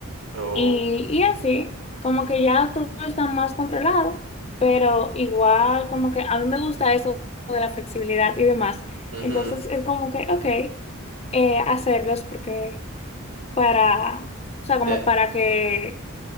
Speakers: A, on the right; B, on the left.
A: Oh,
B: Y, y así, como que ya todo está más controlado, pero igual como que a mí me gusta eso de la flexibilidad y demás.
A: ujú,
B: Entonces es como que, ok, eh, hacerlos porque para, o sea, como
A: Te,
B: para que